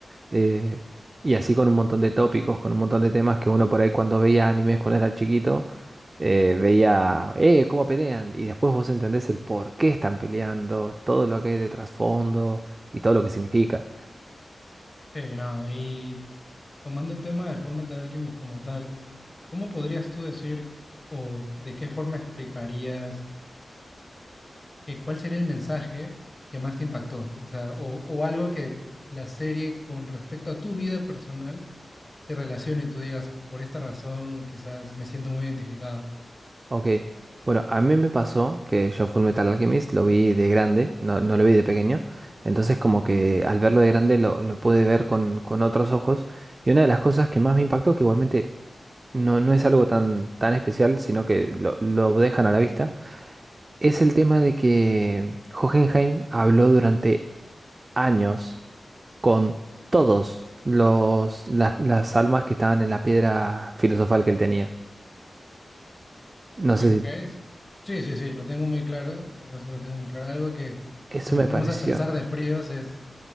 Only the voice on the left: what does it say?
Sí, no, y Tomando el tema de Fullmetal Alchemist como tal, ¿cómo podrías tú decir o de qué forma explicarías que cuál sería el mensaje que más te impactó? O sea, o, o algo que la serie con respecto a tu vida personal se relacione y tú digas, por esta razón quizás me siento muy identificado.
Ok,
ok. es- Sí, sí, sí, lo tengo muy claro. Eso sí lo tengo muy claro. Algo que
si nos
ponemos
a pensar de fríos es